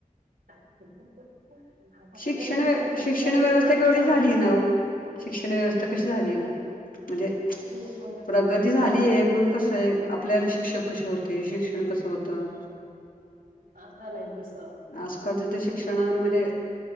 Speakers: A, on the right; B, on the left.
A: <unintelligible> आता
B: शिक्षण
A: दहावीचे
B: व्य,
A: तर
B: शिक्षण
A: महिना महिना
B: व्यवस्था केवढी
A: चालू
B: झालीय
A: असते
B: न ओ. शिक्षण व्यवस्था कशी झाली आहे ना? म्हणजे,
A: खूप म्हणजे
B: प्रगती
A: खूप वेगळी
B: झालीय, पण कसंय आपल्याला शिक्षक कसे होते? शिक्षण कसं होतं?
A: आता नाही तसं.
B: आजकालच्या त् शिक्षणांमध्ये